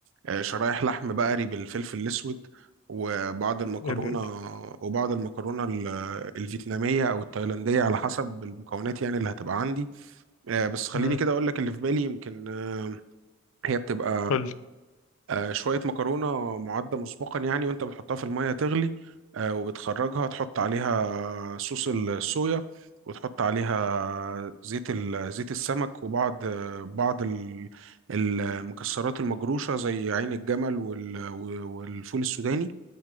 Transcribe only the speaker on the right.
آه، شرايح لحم بقري بالفلفل الأسود وبعض المكرونة
وبعض المكرونة ال- الفيتنامية أو التايلاندية على حسب المكونات يعني اللي هتبقى عندي آه، بس خليني
كده أقول لك اللي في بالي يمكن آه، هي بتبقى
آه، شوية مكرونة معدة مسبقا يعني وانت بتحطها في المية تغلي آه، وبتخرجها تحط عليها صوص الصويا وتحط عليها زيت ال- زيت السمك وبعض آه، بعض ال- المكسرات المجروشة زي عين الجمل وال- والفول السوداني